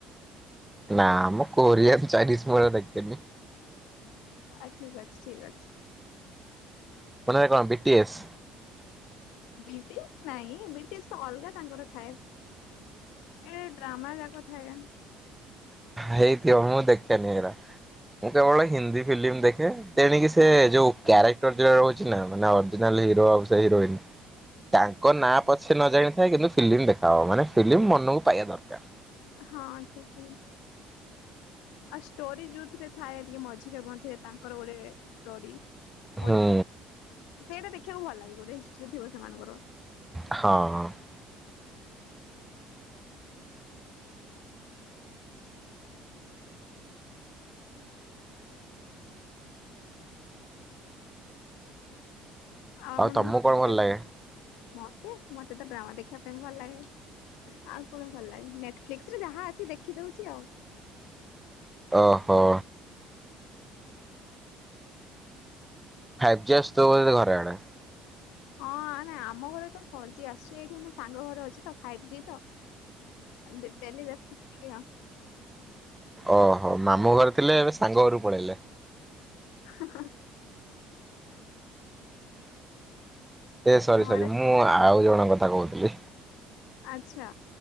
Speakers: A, in the centre; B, on the left.
A: ନା ମୋ କୋରିଆ ଚାଇନିଜ ମୁଁ <unintelligible> ଦେଖେନି।
B: ଆ ଠିକ ଅଛି ଠିକ ଅଛି।
A: <unintelligible> କଣ ବିିଟି ଏସ୍
B: ବିଟିସ୍ ନାଇଁ ବିଟିସ୍ ତ ଅଲଗା ତାଙ୍କର ଥାଏ। ଏ ଡ୍ରାମା ଯାକ ଥାଏ ଆଁ
A: ହେଇଥିବ ମୁଁ ଦେଖେନି ଏଗୋରା। ମୁଁ କେବଳ ହିନ୍ଦୀ ଫିଲ୍ମ ଦେଖେ ତେଣିକି ସେ ଯୋଉ କ୍ୟାରେକ୍ଟର ଯୋ ରହୁଛି ନା ମାନେ ଅରିଜିନାଲ ହିରୋ। ସେ ହିରୋଇନ୍।
B: ହ
A: ତାଙ୍କ ନାଁ ପଛେ ନ ଜାଣିଥାଏ କିନ୍ତୁ ଫିଲ୍ମ ଦେଖା ହବ ମାନେ ଫିଲ୍ମ ମନକୁ ପାଇବା ଦରକାର।
B: ହଁ ଠିକ। <unintelligible> ଆଉ ଷ୍ଟୋରି ଯୋଉଥିରେ ଥାଏ ଟିକେ ମଝିରେ ମଝିରେ ତାଙ୍କର ଗୋରେ ଷ୍ଟୋରି। ଗୋଟେ
A: ହୁଁ
B: ସେଇଟା ଦେଖିବାକୁ ଭଲ ଲାଗେ ଗୋଟେ ହିଷ୍ଟ୍ରି ଥିବ ସେମାନଙ୍କର।
A: ହଁ।
B: ଆଉ ଆପଣ
A: ତମକୁ
B: କ୍ରିକେଟ
A: କଣ ଭଲ ଲାଗେ?
B: ମତେ ମତେ ତ ଡ୍ରାମା ଦେଖିବା ପାଇଁ ଭଲ ଲାଗେ। ଆଉ କଣ ଭଲ ଲାଗେ ନେଟଫ୍ଲିକ୍ସ ରେ ଯାହା ଅଛି ଦେଖି ଦଉଚି ଆଉ।
A: ଓହୋ। ଫାଇଭ୍ ଜି ଆସୁଥିବ ବୋ ଘରେ ଏଡା।
B: ହଁ ନାଇଁ ଆମ ଘରେ ତ ଫୋର ଜି ଆସୁଛି ଏଇଠି ମୁଁ ସାଙ୍ଗ ଘରେ ଅଛି ତ ଫାଇଭ ଜି ତ। <unintelligible> ଦେଖୁଚି ଟିକେ ଆଉ
A: ଓହୋ ମାମୁଁ ଘରେ ଥିଲେ ଏବେ ସାଙ୍ଗ ଘରୁ ପଳେଇଲେ।
B: ହଁ ହଁ
A: ଏ ସରି
B: ଘରେ
A: ସରି ମୁଁ ଆଉ ଜଣଙ୍କ କଥା କହୁଥିଲି।
B: ଆଚ୍ଛା